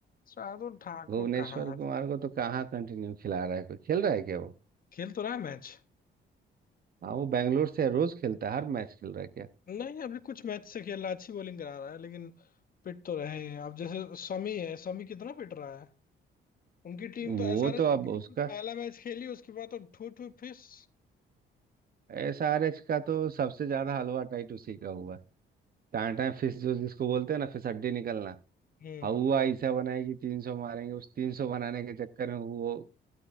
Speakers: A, on the left; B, on the right.
A: शार्दुल ठाकुर
B: भुवनेश्वर
A: कहाँ
B: कुमार को तो कहाँ कंटिन्यू खिला रहा है कोई खेल रहा है क्या वो
A: खेल तो रहा है मैच
B: हाँ वो बैंगलोर से रोज खेलता है हर मैच खेल रहा है क्या
A: नहीं अभी कुछ मैच से खेल रहा है अच्छी बॉलिंग करा रहा है लेकिन पिट तो रहे हैं अब जैसे शमी है शमी कितना पिट रहा है उनकी टीम
B: वो
A: तो एसआरएच
B: तो
A: की
B: अब
A: टीम
B: उसका
A: तो पहला मैच खेली उसके बाद तो ठू ठू फिस
B: एस आर एच का तो सबसे ज्यादा हलवा टाइट उसी का हुआ है। टाटा फिश जो जिसको बोलते हैं ना फिश हड्डी निकलना
A: हम्म
B: हवा ऐसा बनाएगी तीन सौ मारेंगे उस तीन सौ बनाने के चक्कर में वो